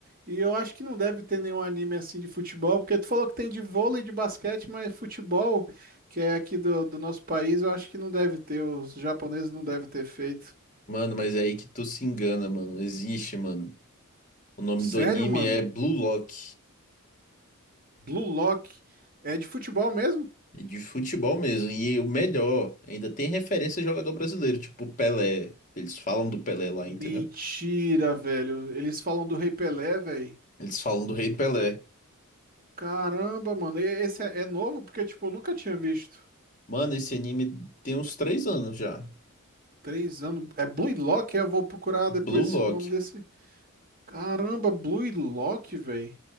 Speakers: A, on the right; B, on the left.
A: E eu acho que não deve ter nenhum anime assim de futebol, porque tu falou que tem de vôlei e de basquete, mas futebol, que é aqui do, do nosso país, eu acho que não deve ter. Os japoneses não devem ter feito.
B: Mano, mas é aí que tu se engana, mano. Existe, mano. O nome
A: Sério,
B: do anime
A: mano?
B: é Blue Lock.
A: Blue Lock é de futebol mesmo?
B: É de futebol mesmo. E o melhor, ainda tem referência a jogador brasileiro, tipo Pelé. Eles falam do Pelé lá,
A: Mentira,
B: entendeu?
A: velho. Eles falam do Rei Pelé, velho.
B: Eles falam do Rei Pelé.
A: Caramba, mano, e- esse é, é novo porque, tipo, eu nunca tinha visto.
B: Mano, esse anime tem uns três anos já.
A: Três anos. É Blue Lock? Eu vou procurar
B: Blue
A: depois
B: Lock.
A: esse- o nome desse. Caramba, Blue Lock, velho.